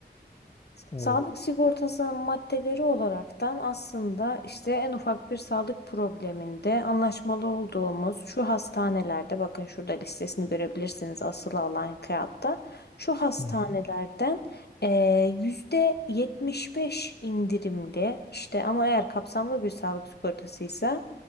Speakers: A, on the left (about 30°); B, on the left (about 65°).
A: evet.
B: Sağlık sigortasının maddeleri olaraktan aslında işte en ufak bir sağlık probleminde anlaşmalı olduğumuz şu hastanelerde bakın şurada listesini görebilirsiniz asılı olan kağıtta şu hastanelerden
A: Hı hı.
B: eee, yüzde yetmiş beş indirimli işte ama eğer kapsamlı bir sağlık sigortasıysa